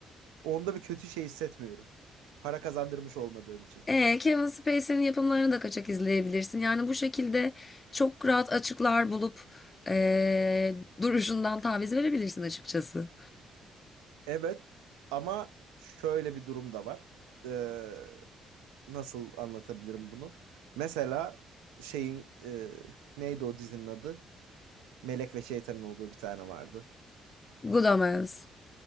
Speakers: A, on the right; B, on the left.
A: Onda bir kötü şey hissetmiyorum. Para kazandırmış olmadığım için.
B: E, Kevin Spacey'nin yapımlarını da kaçak izleyebilirsin. Yani bu şekilde çok rahat açıklar bulup e, duruşundan taviz verebilirsin açıkçası.
A: Evet ama şöyle bir durum da var. Ee, nasıl anlatabilirim bunu? Mesela şeyin e, neydi o dizinin adı? Melek ve Şeytan'ın olduğu bir tane vardı.
B: Good Omens.